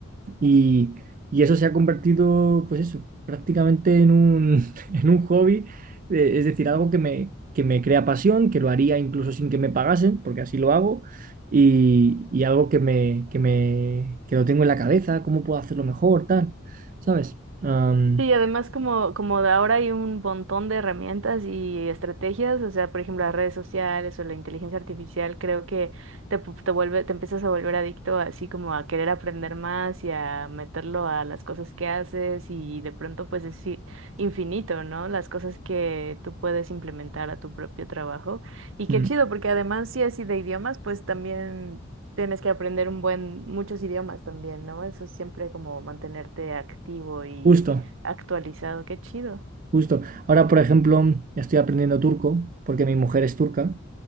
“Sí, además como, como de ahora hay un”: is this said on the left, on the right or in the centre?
Right